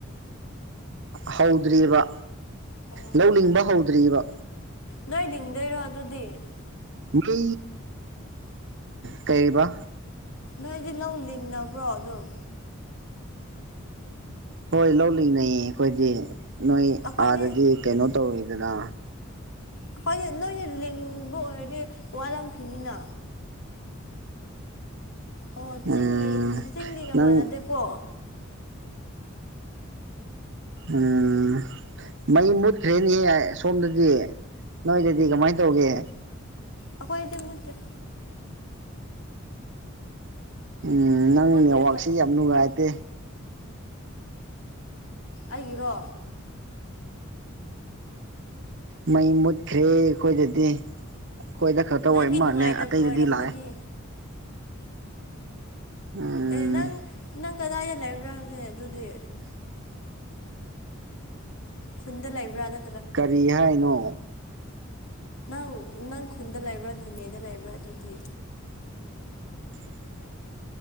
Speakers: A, on the right; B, on the left.
A: ꯍꯧꯗ꯭ꯔꯤꯕꯑꯔꯤꯕ
B: ꯑꯣ
A: ꯂꯧꯅꯤꯡꯡꯕ ꯍꯧꯗ꯭ꯑꯔꯤꯕ
B: ꯅꯣꯏ ꯂꯤꯡꯗꯣꯏꯔꯣ ꯑꯗꯨꯗꯤ
A: ꯃꯤ ꯀꯩꯔꯤꯕ
B: ꯅꯣꯏꯗꯤ ꯂꯧ ꯂꯤꯡꯅꯕ꯭ꯔꯣ ꯑꯗꯨꯝ
A: ꯍꯣꯏ ꯂꯧꯜꯂꯤꯅꯦꯩꯌꯦ ꯑꯩꯈꯣꯏꯗꯤ ꯅꯣꯏ
B: ꯑꯩꯈꯣꯏꯗꯤ
A: ꯑꯥꯗꯗꯤ ꯀꯩꯅꯣ ꯇꯧꯔꯤꯗꯅ
B: ꯑꯩꯈꯣꯏ ꯅꯣꯏꯅ ꯂꯤꯡꯕ ꯑꯣꯏꯔꯗꯤ ꯋꯥꯔꯝꯈꯤꯅꯤꯅ ꯑꯣ ꯆꯤꯡꯒꯤ
A: ꯎꯝ
B: ꯆꯤꯡꯒꯤ ꯀꯃꯥꯟꯅꯗꯦꯀꯣ
A: ꯅꯪ ꯎꯝ ꯃꯩ ꯃꯨꯠꯈ꯭ꯔꯦꯅꯦꯍꯦ ꯁꯣꯝꯗꯗꯤ ꯅꯣꯏꯗꯗꯤ ꯀꯃꯥꯏꯅ ꯇꯧꯒꯦ
B: ꯑꯩꯈꯣꯏꯗꯤꯦꯝꯃꯠꯇ
A: ꯎꯝ ꯅꯪ
B: ꯃꯣꯠꯇꯦꯕ
A: ꯅꯦꯠꯋꯔꯥꯛꯁꯤꯦ ꯌꯥꯝ ꯅꯨꯡꯉꯥꯏꯇꯦ
B: ꯑꯩꯒꯤꯔꯣ
A: ꯃ ꯃ ꯈ꯭ꯔꯦꯈꯣꯖꯗꯤ ꯑꯩꯈꯣꯏꯗ ꯈꯔꯛꯇ
B: ꯅꯪꯒꯤ
A: ꯑꯣꯏ ꯃꯥꯜꯂꯦ
B: ꯅꯨꯡꯉꯥꯏꯇꯕ
A: ꯑꯇꯩꯗꯗꯤ
B: ꯑꯣꯏꯔꯝꯒꯅꯤ
A: ꯂꯥꯛꯑꯦ ꯎꯝ
B: ꯑꯦ ꯅꯪ ꯅꯪ ꯀꯗꯥꯏꯗ ꯂꯩꯕ꯭ꯔꯥ ꯍꯧꯖꯤꯦ ꯑꯗꯨꯗꯤ ꯈꯨꯟꯗ ꯂꯩꯕ꯭ꯔꯥꯅ
A: ꯀꯔꯤ ꯍꯥꯏꯅꯣ
B: ꯅꯪ ꯅꯪ ꯈꯨꯟꯗ ꯂꯩꯕ꯭ꯔꯥ ꯅꯣꯅꯦꯗ ꯂꯩꯕ꯭ꯔꯥ ꯑꯗꯨꯗꯤ
A: <unintelligible> <inaudible>